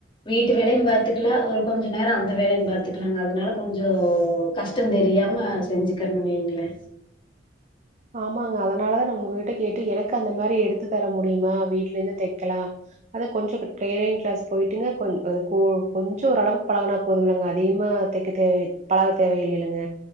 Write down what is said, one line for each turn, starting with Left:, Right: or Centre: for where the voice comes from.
Left: வீட்டு வேலையு பாத்துக்கலா ஒரு கொஞ்ச நேரோ அந்த வேலயு பாத்துக்கலாங்க அதனால கொஞ்சோ கஷ் கஷ்டம் தெரியாம செஞ்சுக்கறெனு வெய்ங்களே
Right: ஆமாங்க அதனால தா நா ஒங்ககிட்ட கேட்டு எனக்கு அந்த மாரி எடுத்து தர முடியுமா வீட்ல இருந்து தெக்கலா அத கொஞ்ச டெய்லரிங் கிளாஸ் போய்டுங்க கொஞ் <unintelligible> கொஞ்சோ ஓரளவுக்கு பழகுனா போதும்லங்க அதிகமா தெக் தெக்க தேவ பழக தேவ யில்ளேழுங்க